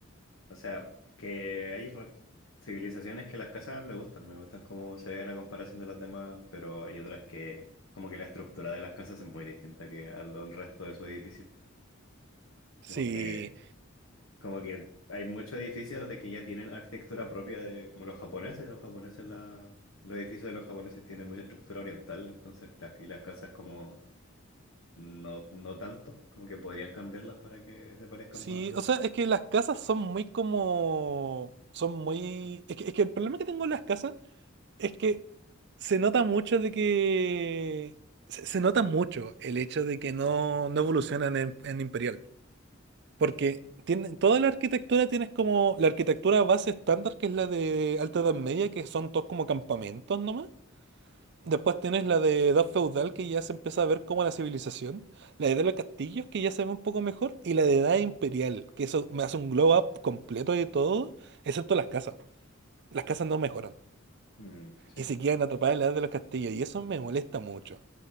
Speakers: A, on the left; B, on the right.
A: o sea, que hay re- civilizaciones que las casas me gustan, me gustan cómo se ven a comparación de las demás, pero hay otras que, como que la estructura de las casas es muy distinta que al del resto de su edificio. Como
B: Sí.
A: que, como que hay muchos edificios de que ya tienen arquitectura propia de, como los japoneses, los japoneses, la, los edificios de los japoneses tienen mucha estructura oriental, entonces, las- y las casas como... No, no tanto, como que podrían cambiarlas para que se parezcan
B: Sí,
A: más
B: o sea, es que las casas son muy como... Son muy... Es que, es que el problema que tengo en las casas es que se nota mucho de que... Se, se nota mucho el hecho de que no, no evolucionan en, en Imperial. Porque tienen, toda la arquitectura tienes como... La arquitectura base estándar, que es la de Alta Edad Media, que son todos como campamentos nomás. Después tienes la de Edad Feudal, que ya se empieza a ver como la civilización. La de edad de los Castillos, que ya se ve un poco mejor. Y la de Edad Imperial, que eso me hace un glow up completo de todo, excepto las casas. Las casas no mejoran.
A: Mm, sí,
B: Y se quedan atrapadas en la Edad de los Castillos. Y eso me molesta mucho.